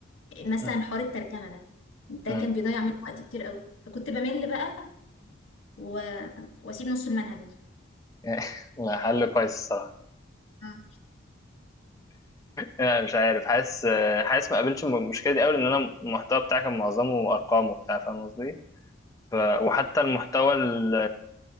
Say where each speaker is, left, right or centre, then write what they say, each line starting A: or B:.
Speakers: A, on the left (about 75°); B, on the left (about 15°).
A: مثلا
B: مم.
A: حوار الترجمة ده ده
B: مم.
A: كان بيضيع مني وقت كتير قوي فكنت بمل بقى و... وأسيب نص المنهج مثلا
B: <laughs> لا حل كويس الصراحة
A: مم.
B: لا، مش عارف حاسس آه، حاسس ما قابلتش الم- المشكلة دي أوي لأن أنا المحتوى بتاعي كان معظمه أرقام وبتاع فاهم قصدي؟ ف... وحتى المحتوى ال-